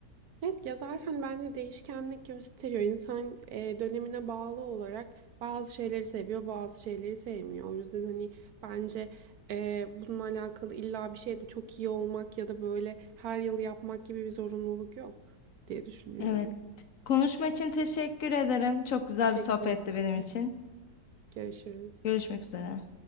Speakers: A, on the right; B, on the left.
A: Evet ya zaten bence değişkenlik gösteriyor. İnsan e, dönemine bağlı olarak bazı şeyleri seviyor, bazı şeyleri sevmiyor. O yüzden hani bence e, bununla alakalı illa bir şeyde çok iyi olmak ya da böyle her yıl yapmak gibi bir zorunluluk yok diye düşünüyorum.
B: Evet. Konuşma için teşekkür ederim. Çok güzel
A: Teşekkür
B: bir sohbetti
A: ederim.
B: benim için.
A: Görüşürüz.
B: Görüşmek üzere.